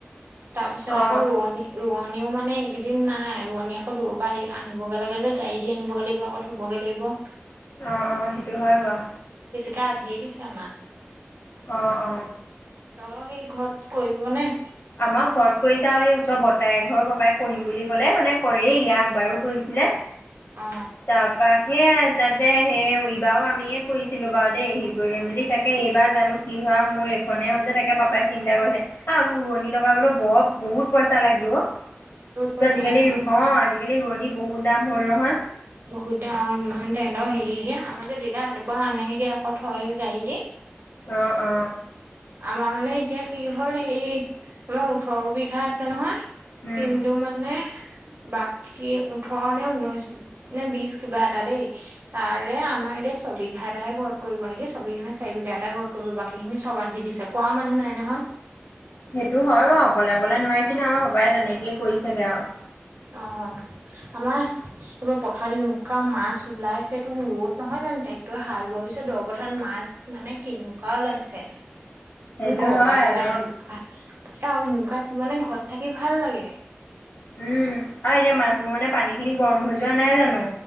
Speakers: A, on the right; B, on the left.
A: তাৰ পিছত
B: অ
A: আকৌ ৰোৱনী ৰোৱনী আনিও মানে এইকেইদিন নাই। ৰোৱনী আকৌ দূৰ পৰা আনিবগে লাগে যে গাড়ী দি আনিবগৈ লাগিব আকৌ থ'বগৈ লাগিব।
B: আহ অ সেইটো হয় বাৰ
A: গা ধে দিছে আমা
B: অ অ
A: তহঁতৰ সেই ঘৰত কৰিবনে?
B: আমাৰ ঘৰত কৰিছে আৰু এই ওচৰ বৰটা ঘৰৰ পাপাই কৰিম বুলি কলে মানে কৰে ইয়াক বাৰো কৰিছো।
A: অ
B: তাৰ পৰা সেয় তাতে সেই এইবাৰ আমিয়ে কৰিছিলো বাৰু দেই হেৰি কৰি লৈ মেলি তাকে এইবাৰ জানো কি? মোৰ এইখনে হৈছে তাকে পাপাই চিন্তা কৰিছে আহ উৱনি লগাবলৈ বৰ বহুত পইচা লাগেও ত
A: বহুত পইচা
B: আজিকালি
A: লাগে
B: অ আজিকালি ৰোৱনী বহুত দাম হ'ল নহয়
A: বহুত ডাঙৰ ইমান তোঁতৰ হেৰি আমাৰ যে দেতাৰ ৰাতিপুৱা আনেগে আকৌ থয় গাড়ী দি
B: অ অ
A: আমাৰ মানে এতিয়া কি হ'ল হেৰি আমাৰ ওঠৰ বিঘা আছে নহয়
B: উম
A: কিন্তু মানে বাকী ওঠৰ নে ঊনৈশ নে বিশ কিবা এটা দেই তাৰে আমাৰ চবি ঘাই ঘৰ কৰিব নে সবি খানে চাই ঘ ঘৰ কৰিব বাকিখিনি সব দি দিছে কোৱা মানুহ নাই নহয়
B: সেইটো হয় বাৰু অকলে অকলে নোৱাৰাৰে কিন্তু আমাৰ পাপাই তেনেকেইে কৰিছে চাগে আৰু
A: অ আমাৰ এইবাৰ পথাৰী এুৱা মাছ ওলাইছে তটো ৰ'দ নহয় জান তাইকো হাল বোৱাৰ পিছত দপথান মাছ মানে কেনেকুৱা ওলাইছে
B: সেইটো
A: মোৰ ঘৰৰ
B: হয়
A: পৰা
B: অ
A: আহিব আহিব আহ আনো কাত মানে ঘৰত থাকি ভাল লাগে
B: উম আৰু এতিয়া মাছবোৰ মানে পানী খিনি গৰম হৈ যোৱা নাই জানো